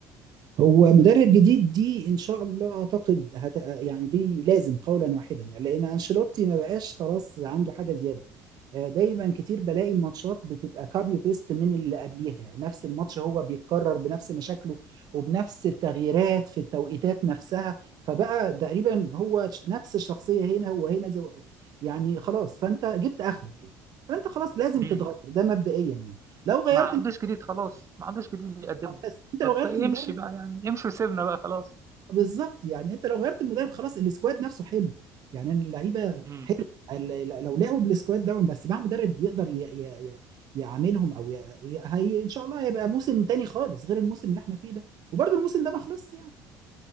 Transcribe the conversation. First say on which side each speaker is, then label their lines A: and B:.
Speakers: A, on the right (about 55°); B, on the right (about 40°).
A: هو مدرب جديد دي ان شاء الله اعتقد هت... يعني دي لازم قولا واحدا يعني لان انشيلوتي ما بقاش خلاص عنده حاجه زياده آه، دايما كتير بلاقي الماتشات بتبقى كابي بيست من اللي قبليها يعني نفس الماتش هو بيتكرر بنفس مشاكله وبنفس التغييرات في التوقيتات نفسها فبقى تقريبا هو نفس الشخصيه هنا وهنا زو... يعني خلاص فانت جبت اخرك كده فانت خلاص لازم
B: مين؟
A: تتغير ده مبدئيا يعني لو غيرت
B: ما عندوش جديد خلاص ما عندوش جديد يقدمه
A: بس انت لو غيرت
B: فيمشي
A: المدرب
B: بقى يعني يمشي وسيبنا بقى خلاص
A: بالظبط يعني انت لو غيرت المدرب خلاص السكواد نفسه حلو يعني أنا اللعيبه
B: امم
A: حلو ال- لو لعبوا بالسكواد ده بس مع مدرب يقدر ي... ي... ي... يعاملهم او ي... ي... هي ان شاء الله هيبقى موسم تاني خالص غير الموسم اللي احنا فيه ده وبرضه الموسم ده ما خلصش يعني